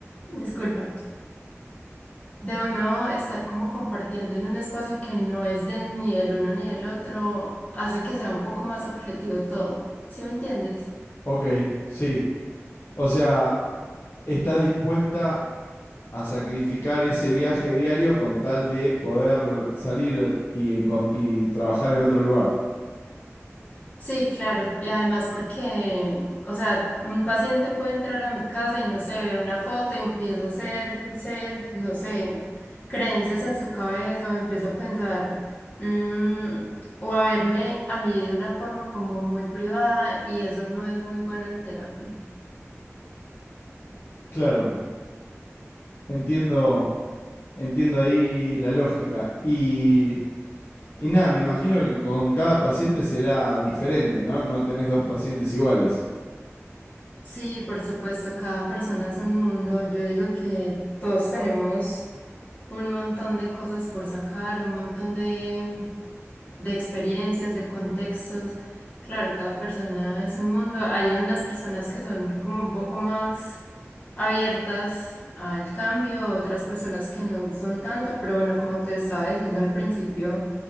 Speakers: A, on the left; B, on the left.
A: Disculpa. de uno estar como compartiendo en un espacio que no es de ni del uno ni del otro, hace que sea un poco más objetivo todo. ¿Sí me entiendes?
B: Ok, sí. O sea, estás dispuesta a sacrificar ese viaje diario con tal de poder salir y, encon- y trabajar en otro lugar.
A: Sí, claro. Y además porque, o sea, un paciente puede entrar a mi casa y no se ve una foto y empieza a hacerse, no sé, creencias en su cabeza o empieza a pensar, mm, o a verme a mí de una forma como muy privada y eso no es muy bueno en terapia.
B: Claro, entiendo, entiendo ahí la lógica. Y Y nada, me imagino que con cada paciente será diferente, ¿no? No tenés dos pacientes iguales.
A: Sí, por supuesto, cada persona es un mundo. Yo digo que todos tenemos un montón de cosas por sacar, un montón de, de experiencias, de contextos. Claro, cada persona es un mundo. Hay unas personas que son como un poco más abiertas al cambio, otras personas que no son tanto, pero bueno, como te estaba diciendo al principio